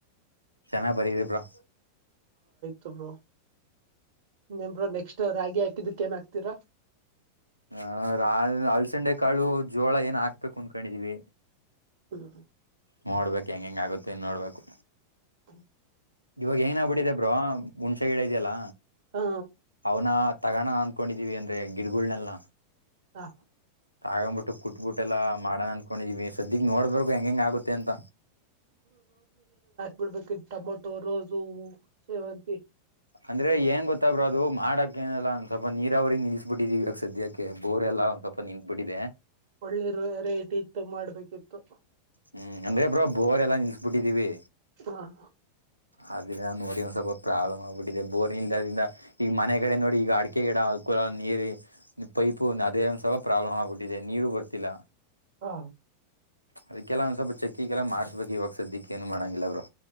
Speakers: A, on the left (about 85°); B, on the right (about 55°).
A: ಚೆನ್ನಾಗ್ ಬರೀರಿ ಬ್ರೊ.
B: ತು ಬ್ರೊ ಇನ್ನೇನ್ ಬ್ರೊ ನೆಕ್ಸ್ಟ್ ರಾಗಿ ಹಾಕಿದಕ್ ಏನ್ ಹಾಕ್ತೀರಾ.
A: ಹ ರ ಅಳ್ಸಂಡೆ ಕಾಳು ಜೋಳ ಏನ ಹಾಕ್ಬೇಕು ಅಂಕೊಂಡಿದೀವಿ.
B: ಹ್ಮ್
A: ನೋಡ್ಬೇಕ್ ಹೆಂಗ್ ಹೆಂಗ್ ಆಗುತ್ತೆ ಅಂತ್ ನೋಡ್ಬೇಕು.
B: ಹ್ಮ್
A: ಇವಾಗ ಏನ್ ಆಗ್ಬಿಟ್ಟಿದೆ ಬ್ರೋ ಮುುಣ್ಸೆ ಗಿಡ ಇದ್ಯಲ್ಲ
B: ಹ
A: ಅವ್ನ ತಗಣ ಅಂಕೊಂಡಿದೀವಿ ಅಂದ್ರೆ ಗಿಡ್ಗುಳ್ನೆಲ್ಲ.
B: ಹಾ
A: ತಗಂ ಬುಟ್ಟು ಕುಟ್ಬುಟ್ಟೆಲ್ಲ ಎಲ್ಲ ಮಾಡನ್ ಅನ್ಕೊಂಡಿದಿವಿ ಸದ್ಯಗ್ ನೋಡ್ಬೇಕು ಹೆಂಗ್ ಹೆಂಗ್ ಆಗುತ್ತೆ ಅಂತ.
B: ಬಿಡ್ಬೇಕಿತ್ ಟೊಮೊಟೊ ರೋಸು ಸೇವಂತಿ.
A: ಅಂದ್ರೆ ಏನ್ ಗೊತ್ತಾ ಬ್ರೊ ಅದು ಮಾಡಕೆನಿಲ್ಲ ಸ್ವಲ್ಪ ನೀರಾವರಿ ನಿಲ್ಸ್ಬಿಟ್ಟಿದೀವಿ ಇವಾಗ ಸದ್ಯಕ್ಕೆ. ಬೋರೆಲ್ಲ ಒಂದ್ ಸ್ವಪ ನಿಂತ ಬಿಟ್ಟಿದೆ.
B: ಒಳ್ಳೆ ರೇಟ್ ಇತ್ತು ಮಾಡ್ಬೇಕಿತ್ತು
A: ಹ್ಮ್ ಅಂದ್ರೆ ಬ್ರೋ ಬೋರ್ರೆ ಎಲ್ಲಾ ನಿಲ್ಸ್ಬಿಟ್ಟಿದೀವಿ.
B: ಹ
A: ಆ ಗಿಡ ನೋಡಿ ಒಂದ್ ಸ್ವಲ್ಪ ಪ್ರಾಬ್ಲಮ್ ಆಗ್ಬಿಟ್ಟಿದೆ ಬೋರ್ಂಗ್ ಇಲ್ಲದ್ರಿಂದ ಈಗ್ ಮನೆ ಕಡೆ ನೋಡಿ ಈಗ ಅಡ್ಕೆ ಗಿಡ. ಆ ನೀರಿ ಪೈಪು ಅದೇ ಒಂದ್ಸಲ ಪ್ರಾಬ್ಲಮ್ ಆಗ್ಬಿಟ್ಟಿದೆ ನೀರು ಬರ್ತಿಲ್ಲ.
B: ಹ
A: ಅದಕ್ಕೆಲ್ಲ ಒಂದ ಸ್ವಲ್ಪ ಚೆಕಿಂಗ್ ಕೆಲ್ಲ ಮಾಡ್ಸ್ಬೇಕ್ ಇವಾಗ ಸದ್ದಿಕ್ ಏನು ಮಾಡಂಗಿಲ್ಲ ಬ್ರೊ.